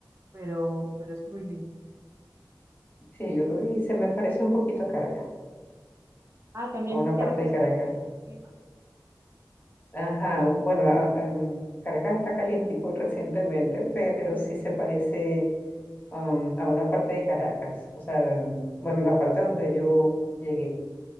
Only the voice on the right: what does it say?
pero, pero es muy lindo.
Ah, también
Caracas
es así, el clima.